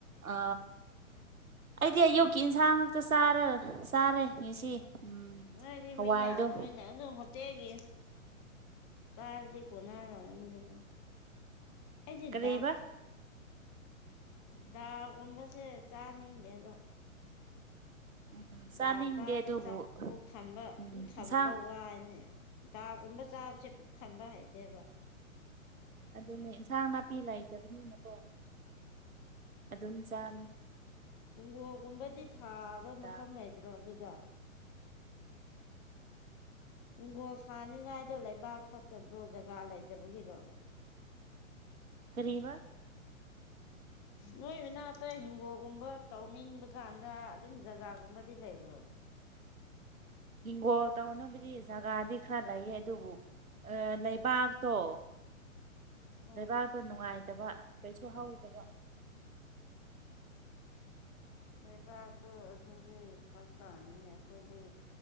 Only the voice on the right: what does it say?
ꯑ ꯑꯩꯗꯤ ꯑꯌꯨꯛꯀꯤ ꯏꯟꯁꯥꯡ ꯉꯥꯛꯇ ꯆꯥꯔ ꯆꯥꯔꯦ ꯉꯁꯤ ꯎꯝ
ꯍꯋꯥꯏꯗꯣ
ꯀꯔꯤꯕ
ꯎꯝ ꯆꯥꯅꯤꯡꯗꯦ
ꯑꯗꯨꯕꯨ
ꯎꯝ
ꯏꯟꯁꯥꯡ
ꯑꯗꯨꯅꯦ ꯏꯟꯁꯥꯡ ꯅꯥꯄꯤ ꯂꯩꯇꯕꯅꯤꯅꯀꯣ ꯑꯗꯨꯝ ꯆꯔꯅꯤ
ꯗꯥꯜ
ꯀꯔꯤꯕꯥ
ꯏꯉꯣ ꯇꯧꯅ ꯐꯖꯒꯥ ꯗꯤ ꯈꯔ ꯂꯩꯌꯦ ꯑꯗꯨꯕꯨ ꯂꯩꯕꯥꯛꯇꯣ
ꯂꯩꯕꯥꯛꯇꯣ ꯅꯨꯡꯉꯥꯏꯇꯕ ꯀꯩꯁꯨ ꯍꯧꯗꯕ